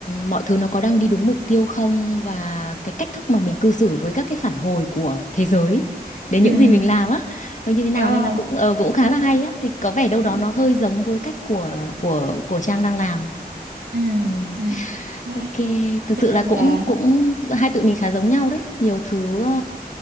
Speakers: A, on the left; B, on the right.
A: mọi thứ nó có đang đi đúng mục tiêu không và cái cách thức mà mình cư xử với các cái phản hồi của thế giới đến
B: ừ
A: những gì mình làm
B: ừ
A: á, nó như thế nào
B: Ờ.
A: nên là cũng ờ, cũng khá là hay á, thì có vẻ đâu đó
B: ừ
A: nó hơi giống với cách của của của Trang đang làm.
B: ừ
A: Ừ.
B: ừ đó
A: Ok, thực
B: cho
A: sự
B: nên
A: là
B: là
A: cũng cũng hai tụi mình khá giống nhau đấy, nhiều thứ ờ,